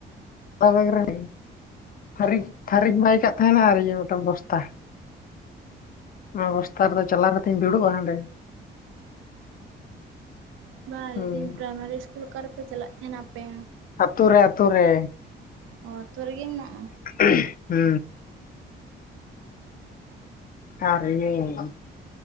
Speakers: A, on the left; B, on the right.
A: ᱚᱱᱟ ᱵᱮᱜ ᱨᱮ ᱜᱮ ᱛᱷᱟᱨᱤ ᱛᱟᱹᱨᱤᱧ ᱵᱟᱭ ᱠᱟᱜ ᱛᱟᱦᱮᱸᱱᱟ ᱟᱨ ᱤᱭᱟᱹ ᱢᱤᱫ ᱴᱟᱝ ᱵᱚᱥᱛᱟ᱾ ᱚᱱᱟ ᱵᱚᱥᱛᱟ ᱨᱮᱫᱚ ᱪᱟᱞᱟᱣ ᱠᱟᱛᱮᱧ ᱫᱩᱲᱩᱵᱼᱟ ᱦᱟᱸᱰᱮ᱾
B: ᱵᱟᱝ
A: ᱦᱩᱸ
B: ᱞᱟᱹᱭ ᱮᱫᱟᱹᱧ ᱯᱨᱟᱭᱢᱟᱨᱤ ᱤᱥᱠᱩᱞ ᱚᱠᱟ ᱨᱮ ᱯᱮ ᱪᱟᱞᱟᱜ ᱛᱟᱦᱮᱸᱱᱟ ᱟᱯᱮ?
A: ᱟᱛᱳ ᱨᱮ ᱟᱛᱳ ᱨᱮ᱾
B: ᱚ ᱟᱹᱛᱩ ᱨᱮ ᱜᱮ ᱢᱮᱱᱟᱜᱼᱟ᱾
A: ᱦᱩᱸ ᱾ ᱟᱨ ᱤᱭᱟᱹ